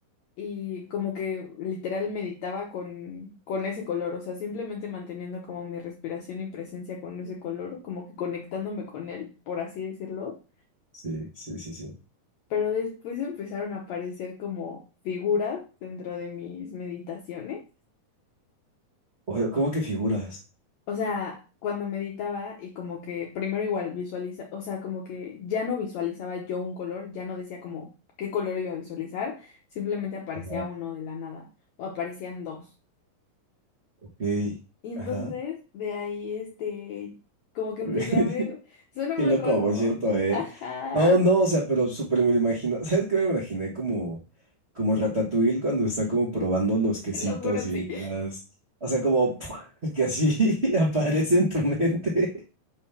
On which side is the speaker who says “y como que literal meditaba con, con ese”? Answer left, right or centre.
Left